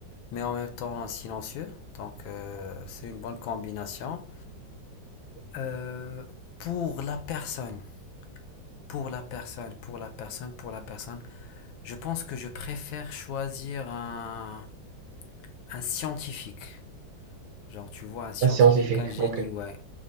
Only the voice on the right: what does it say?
Un scientifique.
OK.